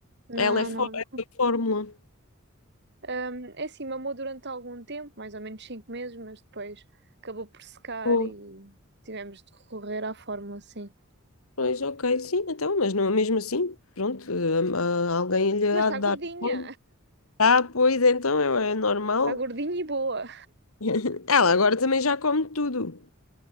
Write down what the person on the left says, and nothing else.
ela é, fó-
é a fórmula.
Pô.
Pois, ok, sim, então, mas não, mesmo assim, pronto, hum, ah, alguém lhe há
de
dar fome. Ah, pois, então é, é normal.
<laughs> Ela agora também já come tudo.